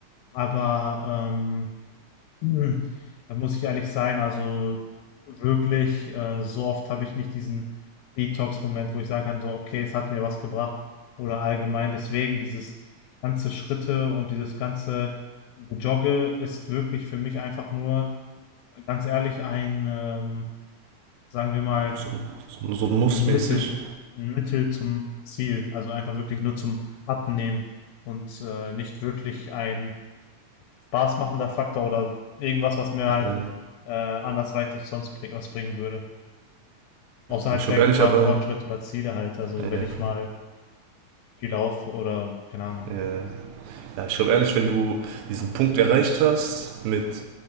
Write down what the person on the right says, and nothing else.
So, so, so mussmäßig.
Äh,
ja,
ich
glaube ehrlich,
aber
äh,
äh, ja, ich glaube ehrlich, wenn du diesen Punkt erreicht hast mit